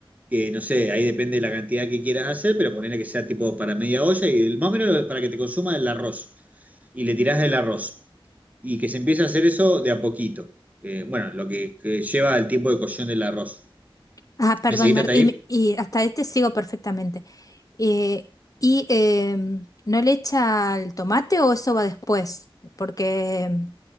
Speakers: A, on the right; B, on the left.
A: que no sé, ahí depende de la cantidad que quieras hacer, pero ponele que sea tipo para media olla y el- más o menos para que te consuma el arroz y le tirás del arroz. Y que se empiece a hacer eso de a poquito. Eh, bueno, lo que, que lleva el tiempo de cocción del arroz.
B: Ah, perdón,
A: ¿Me seguiste
B: Marta,
A: hasta ahí?
B: y, me- y hasta este sigo perfectamente. Eh, ¿y em, no le echa el tomate o eso va después? Porque em,